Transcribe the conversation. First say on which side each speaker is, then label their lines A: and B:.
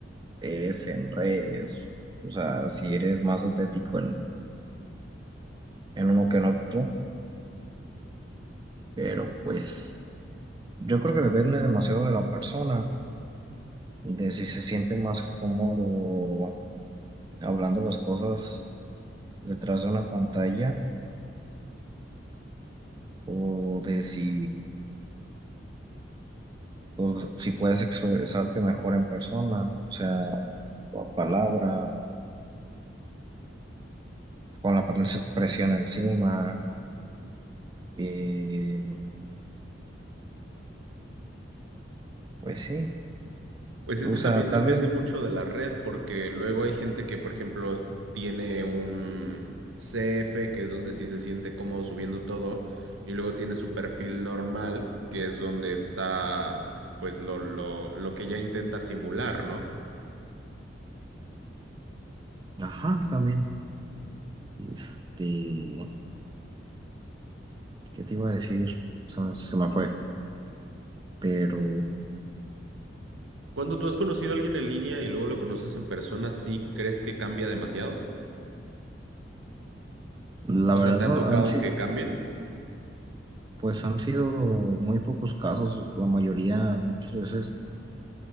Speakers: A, on the right; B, on the right.
A: eres en redes, o sea, si eres más auténtico en, en uno que en otro, pero pues... Yo creo que depende demasiado de la persona, de si se siente más cómodo hablando las cosas detrás de una pantalla o de si, o si puedes expresarte mejor en persona, o sea, por palabra, con la pres- presión encima, eh, pues sí,
B: Pues es
A: o
B: que
A: sea,
B: también
A: tal
B: depende
A: vez,
B: mucho de la red, porque luego hay gente que, por ejemplo, tiene un CF, que es donde sí se siente cómodo subiendo todo, y luego tiene su perfil normal, que es donde está, pues, lo, lo, lo que ya intenta simular, ¿no?
A: ajá, también, este, ¿qué te iba a decir? se se me fue, pero...
B: Cuando tú has conocido a alguien en línea y luego lo conoces en persona, ¿sí crees que cambia demasiado?
A: La
B: O
A: verdad,
B: sea, ¿te ha
A: no,
B: tocado
A: han si-
B: que cambien?
A: Pues han sido muy pocos casos, la mayoría muchas veces,